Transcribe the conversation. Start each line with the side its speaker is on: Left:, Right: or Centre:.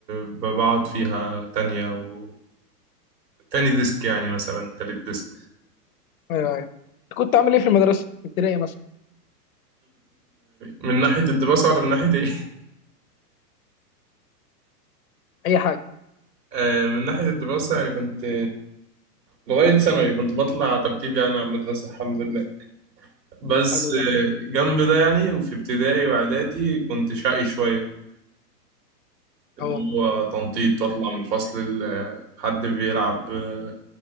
Right: بقعد فيها تانية و تاني ديسك يعني مثلا تالت ديسك
Left: ايوه ايوه كنت عامل ايه في المدرسة في ابتدائي مثلا
Right: من ناحية الدراسة ولا من ناحية إيه؟
Left: اي حاجة
Right: آه، من ناحية الدراسة يعني كنت لغاية ثانوي كنت بطلع ترتيب يعني على المدرسة الحمد لله بس
Left: حلو ده
Right: آه، جنب ده يعني وفي ابتدائي وإعدادي كنت شقي شوية اللي
Left: اهو
Right: هو تنطيط وأطلع من فصل ل- حد بيلعب آه،